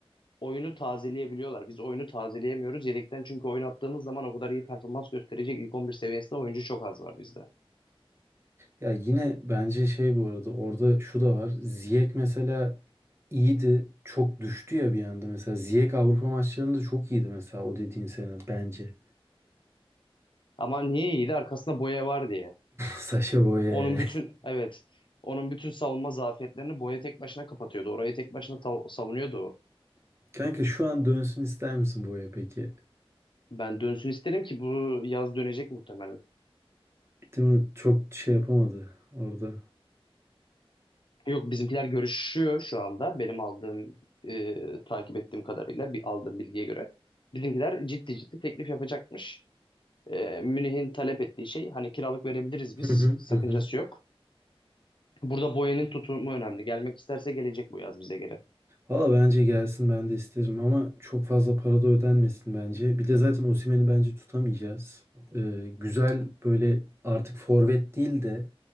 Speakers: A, on the left; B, on the right.
A: oyunu tazeleyebiliyorlar. Biz oyunu tazeleyemiyoruz. Yedekten çünkü oynattığımız zaman o kadar iyi performans gösterecek ilk 11 seviyesinde oyuncu çok az var bizde.
B: Ya yine bence şey bu arada orada şu da var. Ziyech mesela iyiydi. Çok düştü ya bir anda mesela. Ziyech Avrupa maçlarında çok iyiydi mesela o dediğin sene bence.
A: Ama niye iyiydi? Arkasında Boya var diye.
B: Saşa Boye.
A: Onun bütün evet onun bütün savunma zafiyetlerini Boya tek başına kapatıyordu. Orayı tek başına tav- savunuyordu o.
B: <laughs> Kanka şu an dönsün ister misin Boye peki?
A: Ben dönsün isterim ki bu yaz dönecek muhtemelen.
B: Değil mi? Çok şey yapamadı orada.
A: Yok bizimkiler görüşüyor şu anda. Benim aldığım e, takip ettiğim kadarıyla bir aldığım bilgiye göre. Bizimkiler ciddi ciddi teklif yapacakmış. E, Münih'in talep ettiği şey hani kiralık verebiliriz
B: Hı
A: biz sık-
B: hı
A: sakıncası
B: hı. hı.
A: yok. Burada Boyan'ın tutumu önemli. Gelmek isterse gelecek bu yaz bize göre.
B: Valla bence gelsin ben de isterim ama çok fazla para da ödenmesin bence. Bir de zaten Osimhen'i bence tutamayacağız. Ee, güzel böyle artık forvet değil de